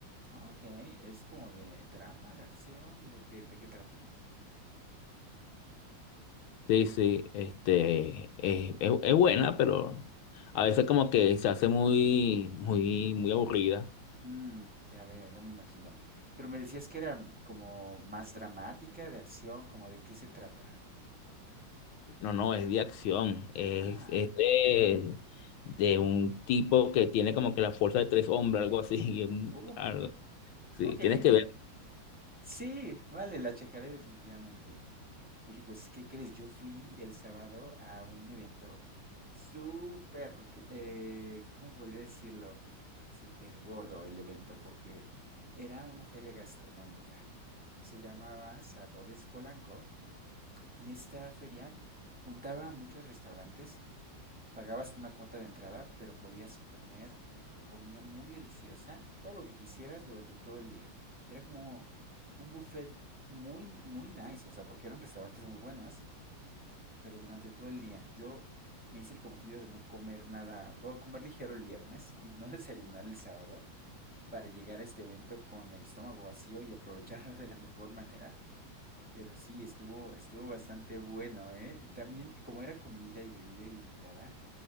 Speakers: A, in the centre; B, on the left.
A: Ah, ok, es como de drama, de acción, ¿de qué, de qué tratan?
B: Sí, sí, este, es, es- es buena, pero a veces como que se hace muy, muy, muy aburrida.
A: Mm, ya veo, ya me imagino. Pero me decías que era mm, como más dramática, de acción, como de qué se trata.
B: No, no, es de acción, es,
A: Ah,
B: es de, de un tipo que tiene como que la fuerza de tres hombres, algo así. <laughs> y es un-
A: uh,
B: algo- sí,
A: ok,
B: tienes que ver.
A: sí, vale, la checaré definitivamente. Oye, pues, ¿qué crees? Yo fui el sábado a un evento súper, eh, ¿cómo podría decirlo? Súper gordo el evento, porque era una feria gastronómica. Se llamaba Sabores Polanco y esta feria juntaba a muchos restaurantes, pagabas una cuota de entrada, pero podías comer comida muy deliciosa, todo lo que quisieras durante todo el día. Era como un buffet muy, muy nice, o sea, porque eran restaurantes muy buenos pero durante todo el día. Yo me hice el cometido de no comer nada, o comer ligero el viernes y no <laughs> desayunar el sábado para llegar a este evento con el estómago vacío y aprovecharlo de la mejor manera. Pero sí, estuvo, estuvo bastante bueno, ¿eh? También, como era comida y bebida ilimitada,